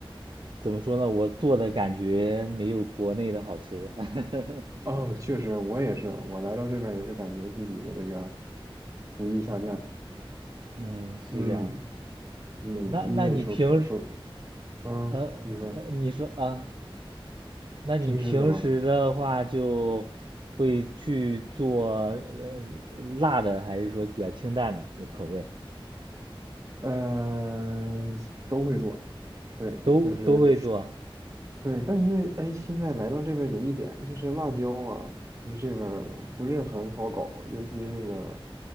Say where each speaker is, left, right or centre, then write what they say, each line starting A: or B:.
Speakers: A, on the right (about 55°); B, on the right (about 35°).
A: 怎么说呢？我做的感觉没有国内的好吃。<laughs>
B: 哦，确实，我也是，我来到这边也是感觉自己的这个厨艺下降。
A: 嗯，是这样。
B: 嗯嗯，
A: 对，那那你平时，
B: 因为手手手，嗯，
A: 呃，
B: 你说
A: 呃你说啊，那你平时的话就会去做呃
B: 平时怎么？
A: 辣的，还是说比较清淡的那口味？
B: 呃，都会做，对，
A: 都都会做。
B: 就是对，但是哎，现在来到这边有一点就是辣椒啊，就是这边儿不是很好搞，尤其是那个